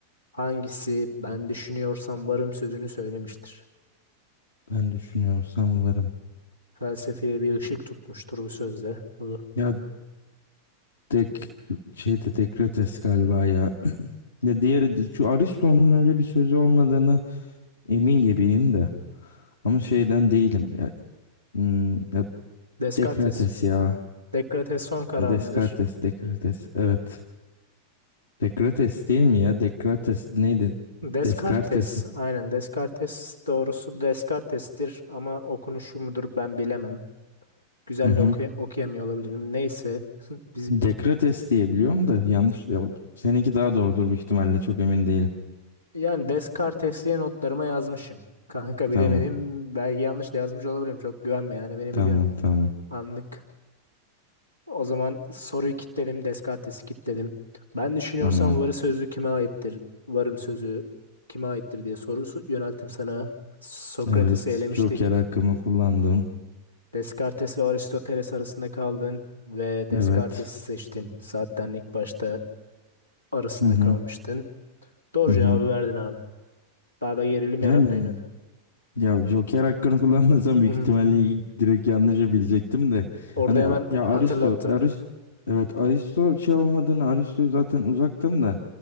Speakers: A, on the left; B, on the left.
A: Hangisi ben düşünüyorsam varım sözünü söylemiştir.
B: Ben düşünüyorsam varım.
A: Felsefeye bir ışık tutmuştur bu sözde. Bu
B: Ya dek şeyde Dekrates galiba ya. Ya diğeri şu Aristo'nun öyle bir sözü olmadığını emin gibiyim de. Ama şeyden değilim. Ya, hmm, ya
A: Descartes.
B: Dekrates ya.
A: Descartes son karar
B: Ya Descartes,
A: mıdır?
B: Dekrates. Evet. Dekrates değil mi ya? Dekrates neydi?
A: Descartes.
B: Descartes.
A: Aynen Descartes doğrusu Descartes'tir ama okunuşu mudur ben bilemem. Güzel
B: Hı hı.
A: de oku- okuyamıyor olabilirim. Neyse. <laughs> Biz
B: Dekrates diye biliyorum da yanlış. Ya, seninki daha doğrudur büyük ihtimalle. Çok emin değilim.
A: yani Descartes diye notlarıma yazmışım. Kanka bilemedim.
B: Tamam.
A: Belki yanlış da yazmış olabilirim. Çok güvenme yani beni
B: Tamam.
A: biliyorsun.
B: Tamam.
A: Anlık. O zaman soruyu kilitledim. Descartes'i kilitledim. Ben düşünüyorsam
B: Tamam.
A: varı sözü kime aittir? Varım sözü kime aittir diye sorusu yönelttim sana. Sokrates'i
B: Evet.
A: elemiştik.
B: Joker hakkımı kullandım.
A: Descartes ve Aristoteles arasında kaldın ve Descartes'i
B: Evet.
A: seçtin. Zaten ilk başta arasında
B: Hı hı.
A: kalmıştın. Doğru
B: Hı hı.
A: cevabı verdin abi. Daha da gerilim
B: Yani
A: yaratmayayım yani.
B: ya Joker hakkını <laughs> kullanmasam büyük
A: Hı hı.
B: ihtimalle ilk direkt yanlışı bilecektim de.
A: Orada
B: Hani
A: hemen
B: ya Aristo,
A: hatırlattım.
B: Aristo evet Aristo şey olmadığını Aristo zaten uzaktım da.